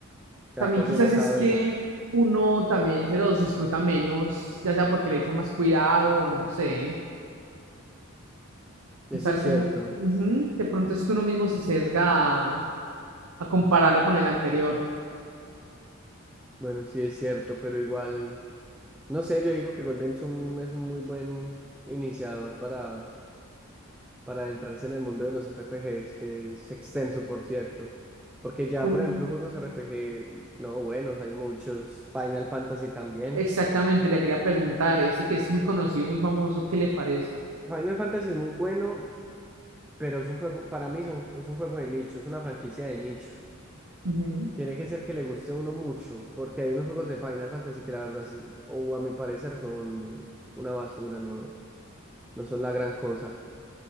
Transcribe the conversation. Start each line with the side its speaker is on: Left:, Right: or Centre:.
Centre: Se
Right: También
Centre: va perdiendo
Right: quizás
Centre: cada
Right: es
Centre: vez
Right: que
Centre: más.
Right: uno también se los disfruta menos, ya sea porque le echa más cuidado o no sé.
Centre: Eso
Right: Es algo
Centre: es cierto.
Right: muy... ujú, De pronto es que uno mismo se sesga a, a compararlo con el anterior.
Centre: Bueno, sí es cierto, pero igual... No sé, yo digo que Golden es un, es un muy buen iniciador para para adentrarse en el mundo de los RPGs, que es extenso, por cierto. Porque ya,
Right: Un...
Centre: por ejemplo, juegos RPG, no buenos, hay muchos. Final Fantasy también.
Right: Exactamente, le quería preguntar, ese que es muy conocido, muy famoso, ¿qué le parece?
Centre: Final Fantasy es muy bueno, pero es un juego, para mí es un es un juego de nicho, es una franquicia de nicho.
Right: Ujú,
Centre: Tiene que ser que le guste a uno mucho, porque hay unos juegos de Final Fantasy que la verdad, es- o a mi parecer, son una basura, no, no son la gran cosa.